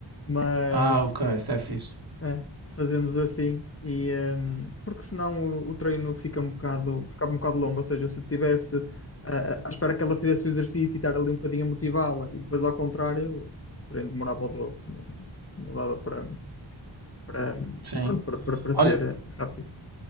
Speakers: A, on the left (about 30°); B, on the right (about 50°).
A: Mas
B: Ah, ok, isso é fixe.
A: É, fazemos assim e hum, porque senão o, o treino fica um bocado, fica um bocado longo, ou seja, se eu tivesse ah, à espera que ela fizesse o exercício e estar ali um bocadinho a motivá-la e depois ao contrário, o treino demorava o dobro, não, não dava para, para,
B: Sim.
A: pronto, para, para, para
B: Olha,
A: ser rápido.